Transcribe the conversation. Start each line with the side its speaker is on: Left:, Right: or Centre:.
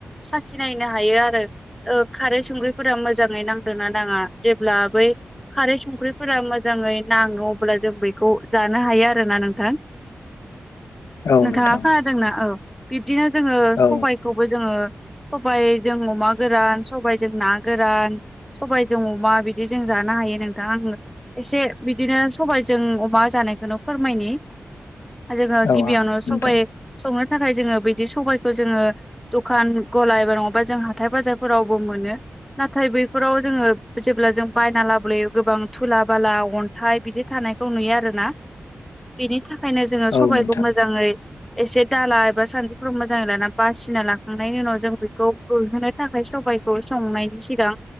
Centre: साखि नायनो हायो आरो औ कार खारै संख्रिफोरा मोजाङै नांदोंना नाङा जेब्ला बै खारै संख्रिफोरा मोजां मोजाङै नाङो अब्ला जों बेखौ जानो हायो आरोना नोंथां।
Left: औ
Centre: नोथाङा
Left: नोंथां
Centre: खोनादों ना औ बिब्दिनो जोङो
Left: औ
Centre: सबायखौबो जोङो सबाय जों अमा गोरान सबाय जों ना गोरान सबायजों अमा बिदि जों जानो हायो नोंथां आं एसे बिदिनो सबायाइजों अमा जानायखौनो फोरमायनि जोङो
Left: औ
Centre: गिबियावनो
Left: आ नोंथां
Centre: सब संनो थाखाय जोङो बिदि सबायाइखौ जोङो दखान गल एबा नङाबा जों हाथाय बाजारफोरावबो मोनो नाथाय बैफोराव जोङो जेब्ला जों बायना लाबोायो गोबां थुला बाला अन्थाइ बिदि थानायखौ नुयो आरोना बेनि थाखा ओंखायनो जोङो
Left: औ
Centre: सबबायखौ
Left: नोंथां
Centre: मोजाङै एसे दाला एबा सान्दुफोराव मोजाङै लाना बासिना लाखांनायनि उनाव जों बेखौ रइहोनो थाखाय सबायखौ संनायनि सिगां